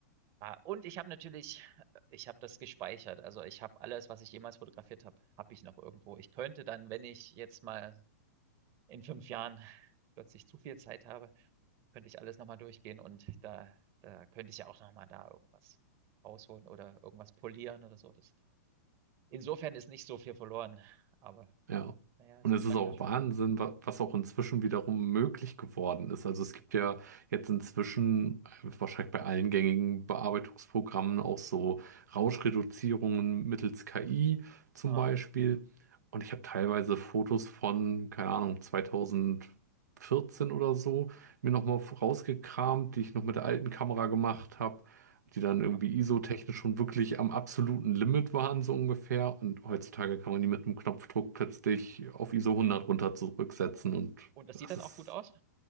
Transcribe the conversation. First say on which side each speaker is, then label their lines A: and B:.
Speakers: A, on the right; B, on the right.
A: Ah, und ich habe natürlich, ich habe das gespeichert. Also ich habe alles, was ich jemals fotografiert habe, habe ich noch irgendwo. Ich könnte dann, wenn ich jetzt mal in fünf Jahren plötzlich zu viel Zeit habe, könnte ich alles nochmal durchgehen und da, da könnte ich ja auch nochmal da irgendwas rausholen oder irgendwas polieren oder so. Das, insofern ist nicht so viel verloren, aber
B: ja.
A: naja, es
B: Und
A: ist
B: es ist
A: manchmal
B: auch
A: schon
B: Wahnsinn,
A: so.
B: wa- was auch inzwischen wiederum möglich geworden ist. Also es gibt ja jetzt inzwischen äh, wahrscheinlich bei allen gängigen Bearbeitungsprogrammen auch so Rauschreduzierungen mittels KI zum
A: Ja.
B: Beispiel. Und ich habe teilweise Fotos von, keine Ahnung, 2014 oder so mir nochmal rausgekramt, die ich noch mit der alten Kamera gemacht habe die dann irgendwie
A: Ja,
B: ISO-technisch schon wirklich am absoluten Limit waren, so ungefähr. Und heutzutage
A: ja.
B: kann man die mit einem Knopfdruck plötzlich auf ISO 100 runter zurücksetzen und
A: Und das
B: das
A: sieht dann
B: ist,
A: auch gut aus?